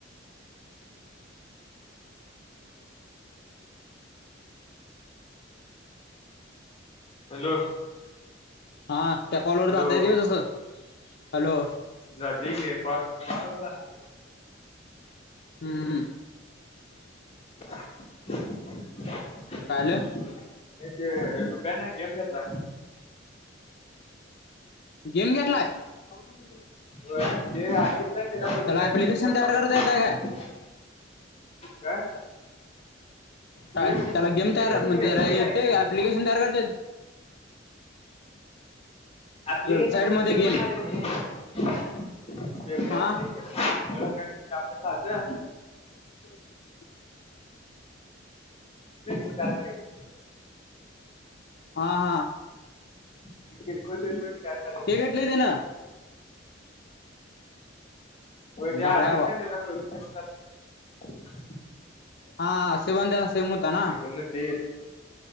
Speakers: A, on the left; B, on the left.
A: हॅलो!
B: हा त्या कॉलवर
A: हॅलो
B: जाता येतंय व्हय तस हॅलो
A: जातय की <unintelligible>
B: हम्म
A: <inaudible>
B: काय आलं?
A: हे ते रुप्यान गेम घेतला.
B: गेम घेतलाय? <inaudible>
A: होय ते आधी काय त्याच्या पूर्वी
B: त्याला
A: काय
B: ऍप्लिकेशन
A: तशीच मज्जा
B: तयार
A: वाटत्या
B: करता येतय काय
A: काय
B: काय
A: जे
B: त्याला गेम
A: जे
B: तयार
A: म्हणजे
B: म्हण
A: वेबसाईट
B: त्याला येतय,
A: आहे की रे
B: ऍप्लिकेशन तयार करतायेतं.
A: ऍप्लिकेशन
B: वेबसाइट
A: म्हणजे
B: मध्ये
A: कसं म्हणणार
B: गेम
A: वेबसाईट मध्ये
B: हा
A: गेम, <unintelligible>
B: <inaudible>
A: <inaudible>
B: हा हा.
A: <unintelligible>
B: <unintelligible>
A: होय, त्या
B: भारी
A: आधी
B: हाय बा
A: पण त्याचा प्रोजेक्ट असतात.
B: हा आसिफ आणि त्याचा सेम होता ना?
A: त्यांना ते एक